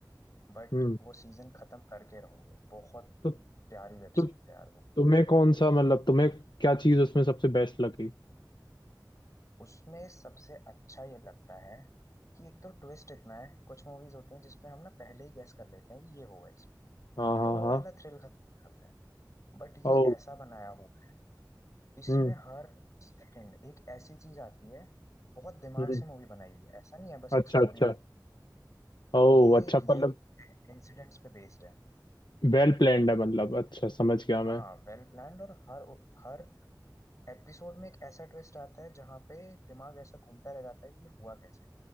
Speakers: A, on the left (about 45°); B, on the left (about 80°).
A: बट
B: हम्म
A: वो सीजन खत्म करके रहोगे बहुत
B: तो,
A: प्यारी वेब
B: तो
A: सीरीज है यार वो
B: तुम्हें कौन सा मतलब तुम्हें क्या चीज उसमें सबसे बेस्ट लगी
A: उसमें सबसे अच्छा ये लगता है कि एक तो ट्विस्ट इतना है कुछ मूवीज होती हैं जिसमें हम ना पहले ही गैस कर लेते हैं कि ये होगा इसमें
B: हाँ हाँ
A: तो वो
B: हाँ
A: वाला थ्रिल खत्म हो जाता है बट
B: ओ
A: ये ऐसा बनाया हुआ है इसमें
B: हम्म
A: हर सेकंड एक ऐसी चीज आती है बहुत दिमाग
B: हम्म
A: से मूवी बनाई हुई है ऐसा नहीं है बस एक
B: अच्छा
A: स्टोरी
B: अच्छा
A: लिख दी
B: ओ
A: ये
B: अच्छा
A: रियल
B: मतलब
A: इंसिडेंट्स पे बेस्ड है
B: वेल प्लान्ड है मतलब अच्छा समझ गया
A: हाँ
B: मैं
A: वेल प्लान्ड और हर हर एपिसोड में एक ऐसा ट्विस्ट आता है जहाँ पे दिमाग ऐसा घूमता रह जाता है कि ये हुआ कैसे